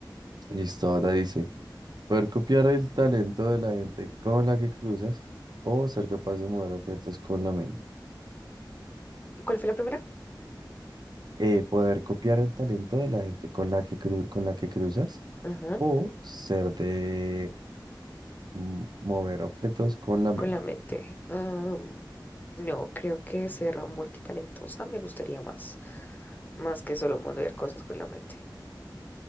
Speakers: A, on the right; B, on the left.
A: Listo, ahora dice, poder copiar el talento de la gente con la que cruzas o ser capaz de mover objetos con la mente.
B: ¿Cuál fue la primera?
A: Eh, poder copiar el talento de la gente con la que cru- con la que cruzas
B: Ajá,
A: o ser de mm, mover objetos con la mente.
B: con la mente. Um, no, creo que ser multitalentosa me gustaría más, más que solo mondear cosas con la mente.